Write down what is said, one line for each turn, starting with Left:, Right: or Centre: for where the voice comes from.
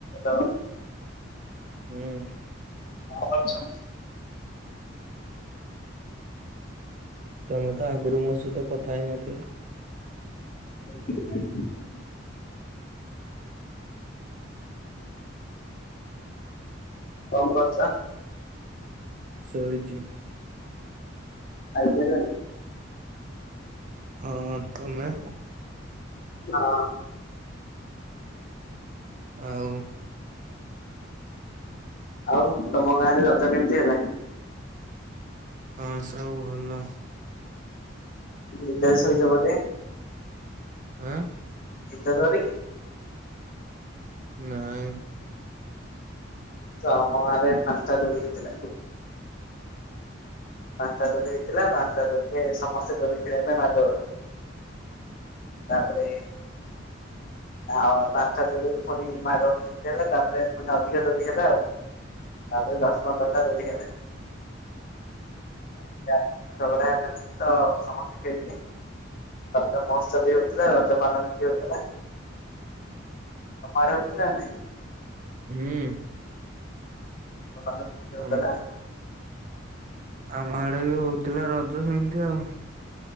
Left: <unintelligible>
Right: ହୁଁ।
Left: କଣ କରୁଚ?
Right: ତମେ ତ ଆଗରୁ ମୋ ସହିତ କଥା ହେଇନଥିଲ?
Left: <inaudible> କଣ କରୁଚ?
Right: ଶୋଇଚି।
Left: ଖାଇ ସାଇଲଣି?
Right: ହଁ। ତମେ?
Left: ହଁ।
Right: ଆଉ
Left: ଆଉ ତମ ଗାଁ ରେ ରଜ କେମିତି ହେଲା?
Right: ହଁ ସବୁ ଭଲ।
Left: ନିଦ ରେ ଶୋଇଚ ବୋଧେ?
Right: ଆଁ
Left: ନିଦ ଜୋରେ କି?
Right: ନାଇଁ।
Left: ତ ଆମ ଗାଁ ରେ ପାଞ୍ଚଟା ତୋଳି ହେଇଥିଲା। ପାଞ୍ଚଟା ଦୋଳି ହେଇଥିଲା। ପାଞ୍ଚଟା ଦୋଳିରେ ସମସ୍ତେ ଦୋଳି ଖେଳିବା ପାଇଁ ମାଡ଼ଗୋଳ। ତାପରେ ଆଉ ପାଞ୍ଚଟା ଦୋଳି ରୁ ପୁଣି ମାଡ଼ଗୋଳ ଯେମିତି ହେଲ ତାପରେ ପୁଣି ଅଧିକା ଦୋଳି ହେଲା ଆଉ। ତାପରେ ଦଶ ପନ୍ଦରଟା ଦୋଳି ହେଲା। <unintelligible> ତ ସମସ୍ତେ ଖେଳିଲେ। ରଜ ମହୋତ୍ସବ ବି ହଉଥିଲା ରଜପାନ ବି ବିକ୍ରି ହଉଥିଲା। ତମ ଆଡେ ହଉଥିଲା ନା ନାଇଁ?
Right: ହୁଁ।
Left: ରଜ ପାନ ବିକ୍ରି ହଉଥିଲା?
Right: ଆମ ଆମ ଆଡେ ବି ହଉଥିଲା ରଜ ସେମିତି ଆଉ।